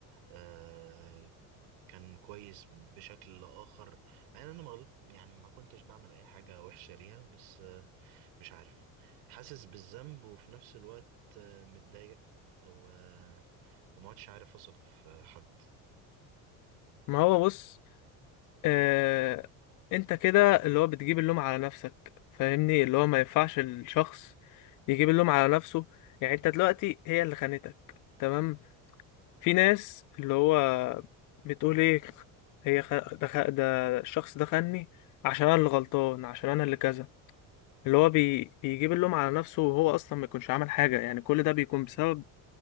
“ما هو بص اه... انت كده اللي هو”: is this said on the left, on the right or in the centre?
Left